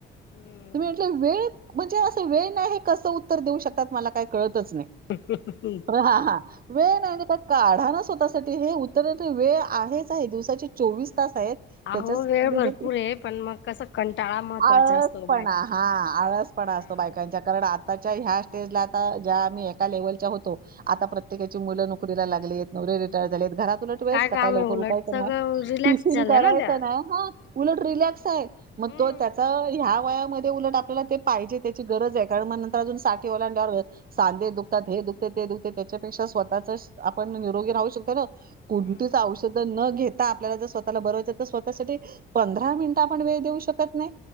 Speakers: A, on the left (about 70°); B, on the right (about 45°).
A: हम्म
B: तु्ही म्हटलं वेळ- म्हणजे असं वेळ नाही कसं उत्तर देऊ शकतात मला काय कळतच नाही
A: ह हम हम.
B: हा हा वेळ नाही आणि काय काढा ना स्वतःसाठी हे उत्तर वेळ आहे आहेच काय दिवसाचे चोवीस तास आहेत. त्याच्या
A: अहो
B: साठी,
A: वेळ भरपूर आहे पण मग कसं कंटाळा महत्त्वाचा
B: आळस
A: असतो
B: पणा
A: बायकांसाठी.
B: हा आळसपणा. आळस पणा
A: कंटाळा
B: असतो बायकांचा
A: हं.
B: कारण आताच्या ह्या स्टेजला आता ज्या आम्ही एका लेवल च्या होतो. आता प्रत्येकाच्या मुलं नोकरीला लागलेत नवरे रिटायर झालेत. तुला ट्रेस
A: काय
B: सकाळी
A: काम
B: लवकर
A: आहे उलट
B: उठायचं
A: सगळं
B: नाही
A: रिलॅक्स
B: टिफिन
A: झाल्या
B: करायचा
A: ना त्या.
B: नाही. उलट रिलॅक्स आहे मग
A: हम्म
B: तो त्याचा ह्या वयामध्ये उलट आप पाहिजे त्याची गरज आहे, कारण मग नंतर अजून साठी ओलांडल्यावर आणि सांधे दुखतात हे दुखतं ते दुखत त्याच्यापेक्षा स्वतः आपण निरोगी राहू शकतो ना कोणतीच
A: हम्म.
B: औषध न घेता. आता आपल्याला जर स्वतःला बर व्हायच तर स्वतःसाठी पंधरा मिनिटं आपण वेळ देऊ शकत नाही.